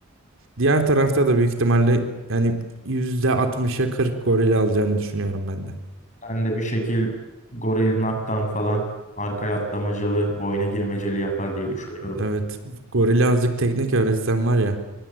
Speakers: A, on the right; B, on the left.
A: Diğer tarafta da büyük ihtimalle yani %60'a 40 goril alacağını düşünüyorum ben de.
B: Ben de bir şekil goril naktan falan arkaya atlamacılı, boyuna girmeceli yapar diye düşünüyorum.
A: Evet. Gorili azıcık teknik öğretsem var ya.